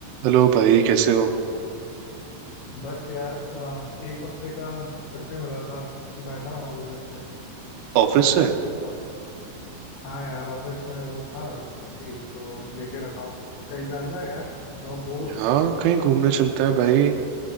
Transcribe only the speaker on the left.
बस यार अ, एक हफ्ते का छुट्टी मिला था बैठा हुआ हूँ घर पे
आप बताओ हाँ यार ऑफिस में वो था छुट्टी तो लेके रखा हूँ कहीं चलना है यार बहुत बोर हो
रहा है